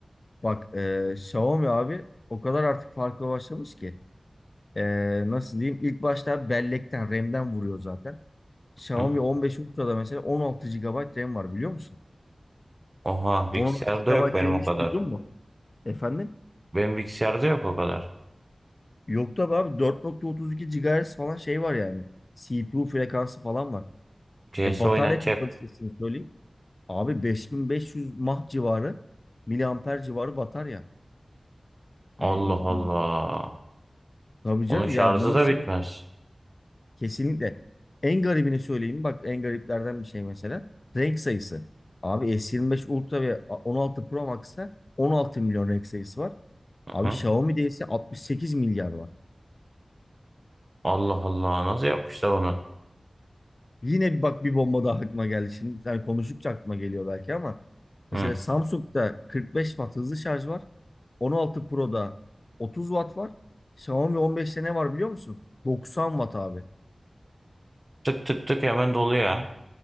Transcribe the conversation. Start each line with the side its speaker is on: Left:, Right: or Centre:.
Left: Bak eee Xiaomi abi o kadar artık farklı başlamış ki. Eee, nasıl diyeyim? İlk başta bellekten RAM'den vuruyor zaten. Xiaomi
Right: Hı.
Left: 15 Ultra'da mesela 16 gigabayt RAM var biliyor musun?
Right: Oha bilgisayarda
Left: 16 gigabayt
Right: yok benim
Left: RAM
Right: o
Left: hiç
Right: kadar.
Left: duydun mu? Efendim?
Right: Benim bilgisayarda yok o kadar.
Left: Yok tabii abi 4.32 GHz falan şey var yani. CPU frekansı falan var.
Right: C
Left: E
Right: S
Left: batarya
Right: oynatacak.
Left: kapasitesini söyleyeyim. Abi 5500 mAh civarı, miliamper civarı batarya. Hani
Right: Allah
Left: e,
Right: Allah.
Left: tabii
Right: Onun
Left: canım
Right: şarjı
Left: yani bu nasıl
Right: da bitmez.
Left: bir şey? Kesinlikle. En garibini söyleyeyim. Bak en gariplerden bir şey mesela. Renk sayısı. Abi S25 Ultra ve 16 Pro Max'ta 16 milyon renk sayısı var. Abi
Right: Hı.
Left: Xiaomi'de ise 68 milyar var.
Right: Allah Allah. Nasıl yapmışlar onu?
Left: Yine bir bak bir bomba daha aklıma geldi. Şimdi yani konuştukça aklıma geliyor belki ama mesela
Right: Hı.
Left: Samsung'da 45 watt hızlı şarj var. 16 Pro'da 30 watt var. Xiaomi 15'te ne var biliyor musun? 90 watt abi.
Right: Tık tık tık hemen doluyor. ya.